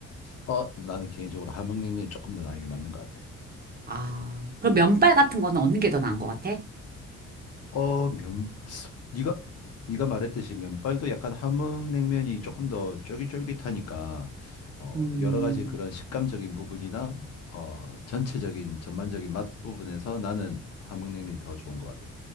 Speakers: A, on the left (about 55°); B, on the right (about 30°).
A: 어, 나는 개인적으로 함흥냉면이 조금 더 나에게 맞는 것 같아.
B: 아, 그럼 면발 같은 거는 얻는 게 더 나은 것 같아?
A: 어, 면 네가 네가 말했듯이 면발도 약간 함흥냉면이 조금 더 쫄깃쫄깃하니까 어,
B: 음,
A: 여러 가지 그런 식감적인 부분이나 어, 전체적인 전반적인 맛 부분에서 나는 함흥냉면이 더 좋은 것 같아.